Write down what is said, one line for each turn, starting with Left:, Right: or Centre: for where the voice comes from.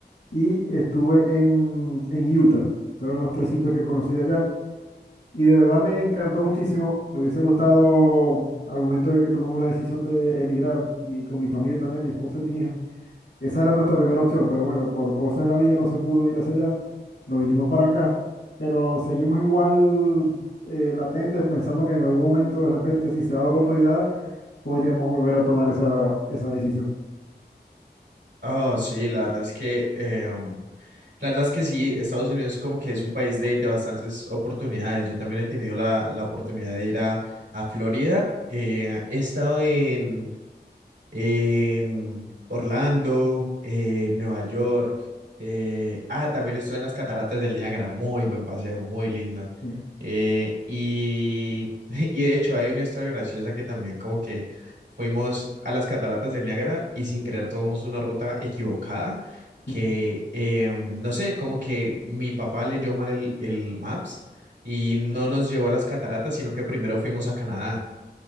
Left: y estuve en, en Utah. Fueron los tres sitios que conocí allá. Y de verdad me encantó muchísimo. Me hubiese gustado al momento de que tomamos la decisión de emigrar, mi- con mi familia también, mi esposa y mi hija. Esa era nuestra primera opción, pero bueno, por cosas de la vida no se pudo ir hacia allá. Nos vinimos para acá, pero seguimos igual eh, latentes, pensando que en algún momento, de repente, si se da la oportunidad, podríamos volver a tomar esa, esa decisión.
Right: Oh, sí, la verdad es que em, La verdad es que sí, Estados Unidos como que es un país de, de bastantes oportunidades. Yo también he tenido la, la oportunidad de ir a, a Florida. Eh, he estado en, en Orlando, eh, Nueva York. eh, ah, también estuve en las cataratas del Niágara, muy buen paseo, muy lindo.
Left: Mm.
Right: Eh, y, <laughs> y de hecho hay una historia graciosa que también como que fuimos a las cataratas del Niágara y sin querer tomamos una ruta equivocada que,
Left: <laughs>
Right: eh, no sé, como que mi papá leyó mal el, el Maps y no nos llevó a las cataratas, sino que primero fuimos a Canadá.